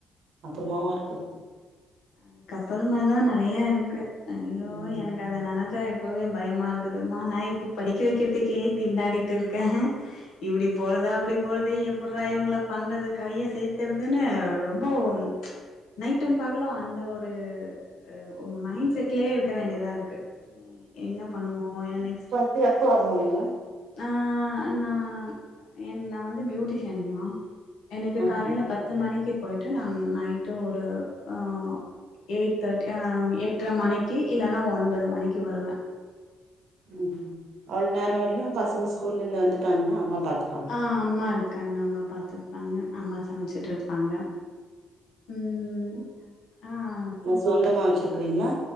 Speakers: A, on the right; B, on the left.
A: அப்பறமாவு இருக்குது
B: அதுக்கப்பறமா தா நெறையா இருக்கு ஐயோ
A: ம்
B: எனக்கு அத நெனச் சா இப்பவே பயமா இருக்குதுமா நா இப்ப படிக்க வெக்கற்த்துக்கே திண்டாடிட்டு இருக்க இப்டி போறதா அப்டி போறது எப்புட்றா இவ்ங்கள பண்றது கரைய சேத்தற்துன்னு ரொ ம்போவு நைட்டு பகலு அந் த ஒரு அ ம் மைண்ட் செட்லே இருக்க வேண்டியதா இருக்கு ம் என்ன பண்ணுவோ ஏ நெக்ஸ்ட்டு
A: டு எப்ப வரணுங்க
B: ஆ நான் என் நா வந்து பியூட்டிஷியன்மா எனக்கு
A: ஆஹா
B: காலைல பத் த்து மணிக்கு போயிட்டு நான் நைட்டு ஒரு ஆ எயிட் தேர்ட் அ எட்ர மணிக்கு இல்லனா ஒன்பது மணிக்கு வருவ
A: ம் ம் அவ்ளோ நேர வர்லையு பசங்க ஸ்கூல்ல இருந்து வந்துட்டாங்கனா அம்மா பாத்து
B: ஆ அம்மா இருக்காங்க அம்மா பாத்துப்பாங்க அம்மா சமச்சுட் ட்ருப்பாங்க ம் ஆ ஆ
A: மொத்தமா வச்சிருக்றீங்ளா